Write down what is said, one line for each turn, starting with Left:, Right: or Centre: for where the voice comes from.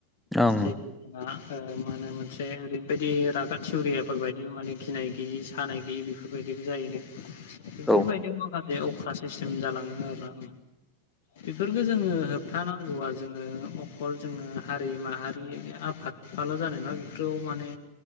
Centre: ओं नंगौ
Left: <unintelligible> ओ माने मोनसे ओरैबायदि रागत सउरियाफोर बायदि माने गिनाय गैयि सानाय गैयि बेफोर बेफोरबायदिबो जाहोन बेफोरबायदियाव
Centre: ओं औ
Left: माखासे अख्रा सिस्टेम जालांङो आरोना बेफोरखौ जोंङो होबथानांगौआ जोंङो अखल जोंङो हारि माहारि आफाद। फाल' जानाय ना बेफोराव माने